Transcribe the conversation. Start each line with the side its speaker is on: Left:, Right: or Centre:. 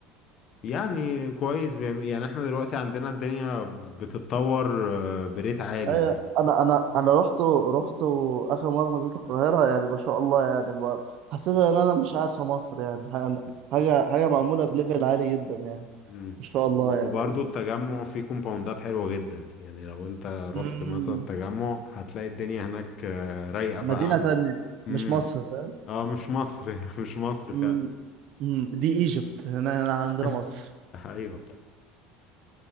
Left: يعني كويس بيعمل يعني احنا دلوقتي عندنا الدنيا بتتطور آه، بريت عالي
Right: ايوه
Left: يعني
Right: انا انا انا رحت رحت اخر مره نزلت القاهره يعني ما شاء الله يعني ب- حسيت ان انا مش قاعد في مصر يعني حاجه حاجه حاجه معموله بليفل عالي جدا يعني
Left: امم
Right: ما شاء الله
Left: وبرضه
Right: يعني
Left: التجمع فيه كومباوندات حلوة جدا يعني لو انت رحت
Right: امم
Left: مثلا التجمع هتلاقي الدنيا هناك آه، رايقة بقى
Right: مدينه
Left: عن
Right: تانية
Left: امم
Right: مش مصر فاهم
Left: اه مش مصر <laughs> مش مصر
Right: مم.
Left: فعلا
Right: مم. دي ايجيبت هنا هنا عندنا
Left: <laughs>
Right: مصر
Left: ايوه